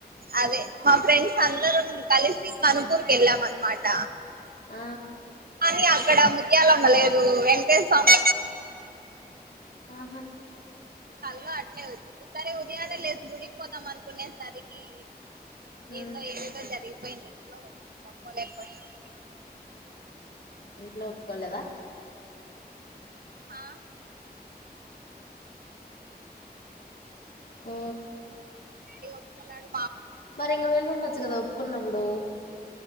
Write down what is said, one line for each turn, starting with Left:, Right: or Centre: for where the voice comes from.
Right: అదే మా ఫ్రెండ్స్ అందరం కలిసి కనుపూర్ కి వెళ్ళాం అనమాట
Left: ఆ
Right: కానీ అక్కడ ముత్యాలమ్మ లేదు వెంకటేశ సామ్
Left: మ్.. హు..
Right: హలో ఆట్లా వచ్చ సరే యద కీ లేదు గుడికిపోదాం అనుకునేసరికి
Left: హ్మ్.
Right: ఏందో ఏమిటో జరిగి పోయిన ఇంట్లో గప్పలేకపోయినాను
Left: ఉ ఇట్లో ఒప్పుకోవలేదా
Right: హా
Left: ఓ
Right: ఇ ఒబ్బ నాడు
Left: మరి ఇంకా వెళ్ళుండొచ్చు కదా ఒప్పుకున్నప్పుడు